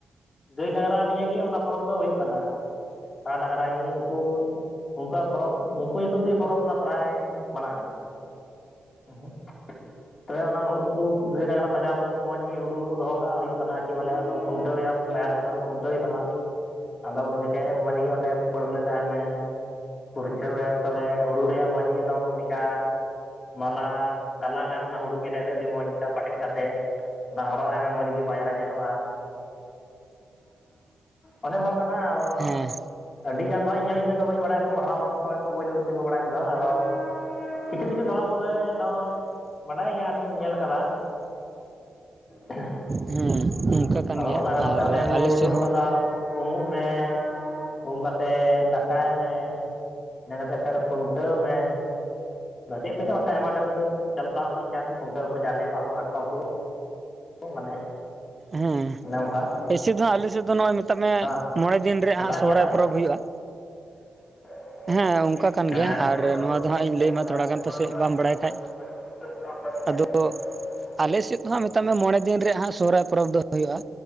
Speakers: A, on the left (about 45°); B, on the right (about 30°).
A: ᱜᱟᱹᱭ ᱰᱟᱝᱨᱟ ᱱᱤᱭᱟᱹᱜᱮ ᱚᱱᱟ ᱯᱚᱨᱚᱵᱽ ᱫᱚ ᱦᱩᱭᱩᱜ ᱠᱟᱱᱟ᱾ <unintelligible> ᱰᱟᱝᱨᱟ ᱜᱮ ᱩᱱᱠᱩ ᱩᱱᱠᱩᱣᱟ ᱯᱚᱨᱚᱵᱽ ᱩᱱᱠᱩ ᱧᱩᱛᱩᱢ ᱛᱮᱜᱮ ᱯᱚᱨᱚᱵᱽ ᱚᱱᱟ ᱥᱚᱨᱦᱚᱟᱭ ᱢᱟᱱᱟ ᱠᱟᱱᱟ᱾ <unintelligible> ᱛᱚᱵᱮ ᱚᱱᱟ ᱩᱱᱠᱩ ᱜᱟᱭ ᱰᱟᱝᱨᱟ ᱥᱟᱢᱟᱝ ᱥᱟᱡᱟᱣ ᱠᱚ ᱞᱟᱹᱜᱤᱫ ᱢᱚᱡᱽ ᱜᱮ ᱦᱩᱲᱩ ᱠᱚ ᱫᱚᱦᱚ ᱠᱟᱜ ᱦᱩᱭᱩᱜ ᱠᱟᱱᱟ ᱠᱤ ᱵᱚᱞᱮ ᱟᱫᱚᱢ ᱠᱷᱩᱱᱴᱟᱹᱣ ᱮᱭᱟᱢ ᱵᱟᱭᱟᱨ ᱡᱚᱠᱷᱚᱱᱮᱢ ᱠᱷᱩᱱᱴᱟᱹᱣ ᱛᱟᱢᱟ ᱟᱫᱚ ᱩᱱ ᱡᱚᱠᱷᱮᱡ ᱢᱚᱡᱽ ᱜᱮ ᱚᱸᱰᱮ ᱯᱟᱹᱲᱞᱟᱹ ᱟᱭ ᱢᱮ, ᱯᱷᱩᱨᱪᱷᱟᱹᱣᱮᱢ ᱛᱚᱵᱮ ᱦᱩᱲᱩ ᱨᱮᱭᱟᱜ ᱢᱚᱡᱽ ᱜᱮ ᱮᱠᱫᱚᱢ ᱱᱤᱝᱠᱟ- ᱢᱟᱞᱟ ᱜᱟᱞᱟᱝ ᱟᱭᱢᱮ ᱚᱱᱟ ᱦᱩᱲᱩ ᱜᱮᱞᱮ ᱛᱮ ᱟᱹᱰᱤ ᱢᱚᱡᱽᱠᱟ ᱯᱟᱴᱮᱫ ᱠᱟᱛᱮᱫ, ᱚᱱᱟ ᱦᱚᱨᱚᱜ ᱟᱭᱢᱮ ᱢᱚᱡᱽ ᱜᱮ ᱵᱟᱭᱟᱨ ᱮ ᱧᱮᱞᱚᱜ-ᱟ᱾ ᱚᱱᱮ ᱚᱱᱠᱟ ᱠᱟᱱᱟ ᱟᱫᱚ
B: ᱦᱮᱸ
A: ᱟᱹᱰᱤ ᱜᱟᱱ ᱫᱚ ᱦᱟᱸᱜ ᱤᱧᱦᱚᱸ ᱤᱱᱟᱹᱜ ᱫᱚ ᱵᱟᱹᱧ ᱵᱟᱲᱟᱭᱟ ᱠᱷᱩᱵ ᱦᱟᱲᱟᱢ ᱦᱚᱲ ᱠᱚ ᱥᱚᱸᱜᱮ ᱠᱚ ᱵᱟᱹᱧ ᱰᱩᱭᱩᱵ ᱛᱤᱸᱜᱩ ᱵᱟᱲᱟᱭᱮᱫᱟ, ᱟᱫᱚ ᱠᱤᱪᱷᱩ ᱠᱤᱪᱷᱩ ᱛᱷᱚᱲᱟ <inaudible> ᱱᱹᱚᱭ ᱵᱟᱰᱟᱭ ᱜᱮᱭᱟ ᱟᱨᱤᱧ ᱧᱮᱞ ᱠᱟᱫᱟ᱾ <unintelligible>
B: ᱦᱮᱸ ᱱᱚᱝᱠᱟ ᱠᱟᱱ
A: ᱟᱫᱚ
B: ᱜᱮᱭᱟ
A: ᱚᱱᱟ ᱠᱟᱨᱚᱱ
B: ᱟᱨ
A: ᱛᱮ ᱚᱱᱮ ᱠᱚ
B: ᱟᱞᱮ
A: ᱧᱩᱛᱩᱢ
B: ᱥᱮᱫ ᱦᱚᱸ
A: ᱠᱟᱫᱟ ᱩᱢᱩ ᱢᱮ ᱾ ᱩᱢ ᱠᱟᱛᱮ ᱫᱟᱠᱟᱭ ᱢᱮ ᱤᱱᱟᱹ ᱠᱟᱛᱮ ᱠᱷᱩᱱᱴᱟᱹᱣ ᱢᱮ ᱾ ᱪᱮᱫ ᱠᱚᱪᱚᱝ ᱚᱱᱛᱮ ᱟᱭᱢᱟ ᱰᱷᱮᱨ ᱪᱟᱞᱟᱣ ᱤᱫᱤᱜ ᱠᱟᱱ ᱠᱷᱩᱱᱴᱟᱹᱣ ᱠᱚ ᱡᱟᱞᱮ ᱠᱚ ᱦᱟᱹᱠᱩ ᱠᱟᱴᱠᱚᱢ ᱠᱚ ᱾ ᱢᱟᱱᱮ
B: ᱦᱮᱸ
A: ᱚᱱᱮ ᱚᱱᱠᱟ ᱦᱮᱸ
B: ᱮᱭᱮᱥᱮ ᱫᱚ ᱦᱟᱸᱜ ᱟᱞᱮ ᱥᱮᱫ ᱫᱚ ᱱᱚᱼᱚᱭ ᱢᱮᱛᱟᱢᱮ
A: ᱵᱟᱝ
B: ᱢᱚᱬᱮ ᱫᱤᱱ ᱨᱮ
A: ᱚᱱᱠᱟ
B: ᱦᱟᱸᱜ ᱥᱚᱦᱚᱨᱟᱭ
A: ᱱᱤᱭᱟᱹ ᱫᱷᱟᱣ
B: ᱯᱚᱨᱚᱵᱽ ᱦᱩᱭᱩᱜᱼᱟ᱾
A: <unintelligible>
B: ᱦᱮᱸ ᱚᱱᱠᱟ ᱠᱟᱱ ᱜᱮᱭᱟ ᱟᱨ
A: <unintelligible>
B: ᱱᱚᱣᱟ ᱫᱚ ᱦᱟᱸᱜ ᱤᱧ ᱞᱟᱹᱭᱟᱢᱟ ᱛᱷᱚᱲᱟ ᱜᱟᱱ ᱯᱟᱥᱮᱡ ᱵᱟᱢ ᱵᱟᱲᱟᱭ ᱠᱷᱟᱡ
A: <unintelligible>
B: ᱟᱫᱚ ᱟᱞᱮ ᱥᱮᱫ ᱫᱚ ᱦᱟᱸᱜ ᱢᱮᱛᱟ ᱢᱮ ᱢᱚᱬᱮ ᱫᱤᱱ ᱨᱮᱭᱟᱜ ᱦᱟᱸᱜ ᱥᱚᱦᱚᱨᱟᱭ ᱯᱚᱨᱚᱵᱽ ᱫᱚ ᱦᱩᱭᱩᱼᱟ